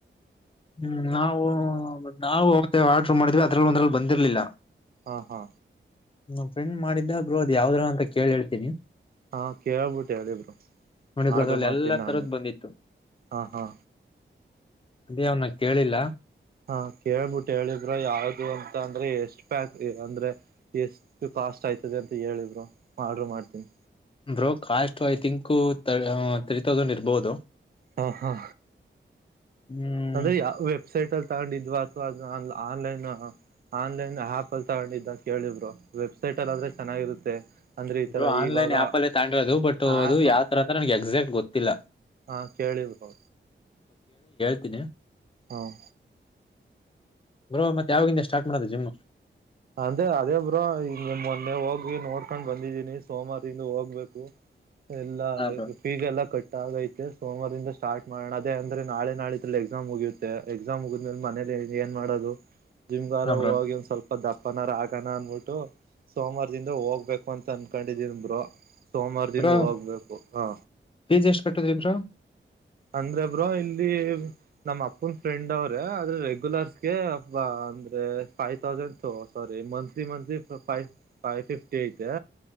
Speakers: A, on the left (about 25°); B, on the right (about 50°).
A: ಹ್ಮ್ ನಾವು ನಾವು ಅವತ್ತ ಆರ್ಡ್ರ ಮಾಡಿದ್ವಿ ಅದ್ರಲ್ಲಿ ಒಂದ್ರಲ್ಲಿ ಬಂದಿರ್ಲಿಲ್ಲ
B: ಹಾ ಹಾ
A: ನಮ್ಮ ಫ್ರೆಂಡ್ ಮಾಡಿದ್ದ ಬ್ರೋ ಅದು ಯಾವ್ದ್ರಗ ಅಂತ ಕೇಳ್ ಹೇಳ್ತೀನಿ
B: ಹಾ ಕೇಳ್ಬಿಟ್ಟ ಹೇಳಿ ಬ್ರೋ
A: ನೋಡಿ ಬ್ರೋ
B: ಆರ್ಡರು
A: ಅದ್ರಲ್ಲಿ
B: ಮಾಡ್ತೀನಿ
A: ಎಲ್ಲಾ
B: ನಾನು
A: ತರದ್ ಬಂದಿತ್ತು
B: ಹಾ ಹಾ
A: ಅದೇ ಅವನ ಕೇಳಿಲ್ಲ
B: ಹಾ ಕೇಳ್ಬಿಟ್ಟ ಹೇಳಿ ಬ್ರೋ ಯಾವ್ದು ಅಂತ ಅಂದ್ರೆ ಎಷ್ಟ್ ಪ್ಯಾಕ್ ಅಂದ್ರೆ ಎಷ್ಟು ಕಾಸ್ಟ್ ಆಯ್ತದೆ ಅಂತ ಹೇಳಿ ಬ್ರೋ ಆರ್ಡ್ರ ಮಾಡ್ತೀನಿ
A: bro cost I think three thousand ಇರ್ಬಹುದು
B: ಹಾ ಹಾ
A: ಹ್ಮ್
B: ಅಂದ್ರೆ ಯಾವ ವೆಬ್ಸೈಟ್ ಅಲ್ಲಿ ತಗೊಂಡಿದ್ವಾ ಅಥವಾ ಆನ ಆನ್ಲೈನ್ ಆನ್ಲೈನ್ ಆ್ಯಪ್ ಅಲ್ಲಿ ತಗೊಂಡಿದ್ದ ಕೇಳಿ ಬ್ರೋ ವೆಬ್ಸೈಟ್ ಅಲ್ಲ ಆದ್ರೆ ಚೆನ್ನಾಗಿರುತ್ತೆ ಅಂದ್ರೆ ಈ
A: ಬ್ರೊ
B: ತರ
A: ಆನ್ಲೈನ್
B: ಇವಾಗ
A: ಆ್ಯಪ್ ಅಲ್ಲೇ ತಗಂಡಿರೋದು ಬಟ್
B: ಆಪ್
A: ಅದು ಯಾವ್ತರ ಅಂತ ನನ್ಗ ಎಕ್ಸಾಕ್ಟ್ ಗೊತ್ತಿಲ್ಲ
B: ಹಾ ಕೇಳಿ ಬ್ರೋ
A: ತ್ತಿನಿ
B: ಹ್ಮ
A: ಬ್ರೋ ಮತ್ತ ಯಾವಗಿಂದ ಸ್ಟಾರ್ಟ್ ಮಾಡೋದು ಜಿಮ್
B: ಅಂದ್ರೆ ಅದೇ ಬ್ರೋ ಈಗ ನಮೊನ್ನೆ ಹೋಗಿ ನೋಡ್ಕೊಂಡ್ ಬಂದ ನಿ ಸೋಮವಾರಿಂದ ಹೋಗ್ಬೇಕು ಎಲ್ಲಾ
A: ಹಾ ಬ್ರೋ
B: ಫೀಸ್ ಎಲ್ಲಾ ಕಟ್ಟ ಆಗೈತಿ ಸೋಮವಾರಿಂದ ಸ್ಟಾಟ ಮಾಡಣ ಅದ ಅಂದ್ರೆ ನಾಳ ನಾಡಿದರಲ್ಲಿ ಎಕ್ಸಾಮ್ ಮುಗಿಯುತ್ತೆ ಎಕ್ಸಾಮ್ ಮುಗದ್ಮೇಲೆ ಮನೇಲಿ ಏನ್ ಮಾಡೋದು ಜಿಮ್ಗಾರ
A: ಹಾ ಬ್ರೋ
B: ಹೋಗಿ ಒಂದ ಸ್ವಲ್ಪ ದಪ್ಪನರಾಗನ ಅನ್ಬಿಟ್ಟು ಸೋಮವಾರದಿಂದ ಹೋಗ್ಬೇಕು ಅಂತ ಅನ್ಕೊಂಡಿದೀನ್ ಬ್ರೋ ಸೋಮಾರದಿಂದ
A: ಬ್ರೋ
B: ಹೋಗ್ಬೇಕು ಹಾ
A: ಫೀಸ್ ಎಷ್ಟ್ ಕಟ್ಟುದ್ರಿ ಬ್ರೋ
B: ಅಂದ್ರೆ ಬ್ರೋ ಇಲ್ಲಿ ನಮ್ಮ್ ಅಪ್ಪನ್ ಫ್ರೆಂಡ್ ಅವ್ರೆ ಆದ್ರೆ ರೆಗ್ಯುಲರ್ಸ್ಗೆಬ್ಬ ಅಂದ್ರೆ five thousand sorry monthly monthly five five fifty ಐತೆ